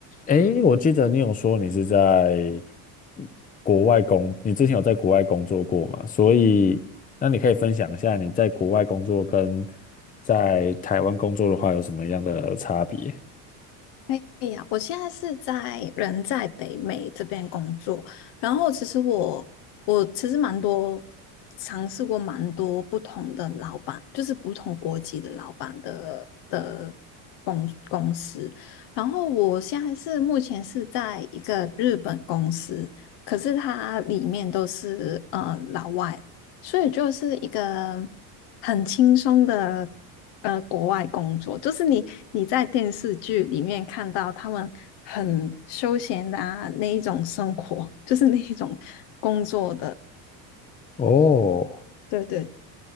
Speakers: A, on the left; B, on the left.
A: 诶，我记得你有说你是在国外工，你之前有在国外工作过嘛？所以，那你可以分享一下你在国外工作跟在台湾工作的话有什么样的差别？
B: 哎呀，我现在是在人在北美这边工作，然后其实我我其实蛮多尝试过蛮多不同的老板，就是不同国籍的老板的的公公司，然后我现在是目前是在一个日本公司，可是它里面都是呃老外，所以就是一个很轻松的呃国外工作，就是你你在电视剧里面看到他们很休闲的啊那一种生活，就是那一种工作。
A: 哦，
B: 对对